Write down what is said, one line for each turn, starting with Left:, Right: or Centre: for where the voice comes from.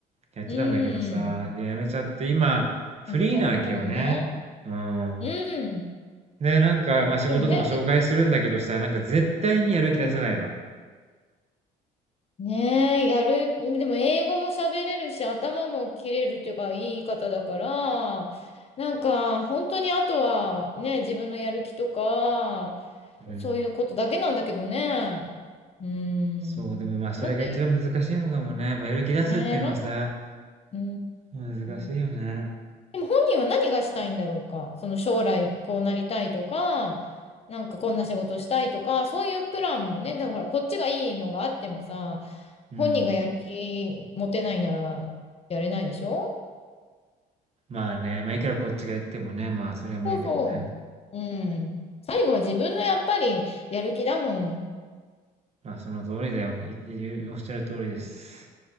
Right: やってたんだけどさ、
Left: うん。
Right: で、辞めちゃって、今、フリーなわけよね。
Left: 辞めちゃったもんね。
Right: うん。
Left: うん。
Right: で、なんか、まあ、仕事とか紹介するんだけどさ、
Left: でもね、
Right: なんか絶対にやる気出さないの。
Left: うんねえ、やる、でも英語も喋れるし、頭も切れるっていうか、いい方だから、なんか、本当にあとは、ね、自分のやる気とか、
Right: うん。
Left: そういうことだけなんだけどね。うーん。
Right: そう、でもまあ、それが一番難しいのかもね。
Left: なんで、
Right: やっぱやる気出すっていうのはさ、
Left: ねえ、なん、うー
Right: 難しいよね。
Left: ん。でも本人は何がしたいんだろうか。その将来こうなりたいとか、なんかこんな仕事したいとか、そういうプランもね、だからほらこっちがいいのがあってもさ、
Right: うん。
Left: 本人がやる気持てないならやれないでしょ
Right: まあね、まあ、いくらこっちが言ってもね、まあ、それは無理だよね。
Left: そうそう。うん。最後は自分のやっぱりやる気だもん。
Right: まあ、その通りだよ。い、いおっしゃる通りです。